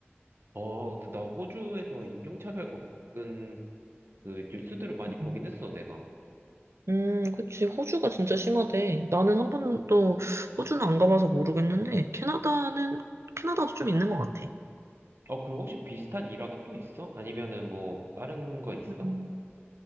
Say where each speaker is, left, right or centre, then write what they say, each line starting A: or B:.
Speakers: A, on the right; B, on the right.
A: 어, 근데 나 호주에서 인종차별 겪은 그 뉴스들을 많이 보긴
B: 음,
A: 했어, 내가.
B: 음, 그치. 호주가 진짜 심하대. 나는 한 번도 호주는 안 가봐서 모르겠는데, 캐나다는, 캐나다도 좀 있는 것 같아.
A: 어, 그럼 혹시 비슷한 일화가 또 있어? 아니면은 뭐, 다른 거 있어?
B: 음.
A: <laughs>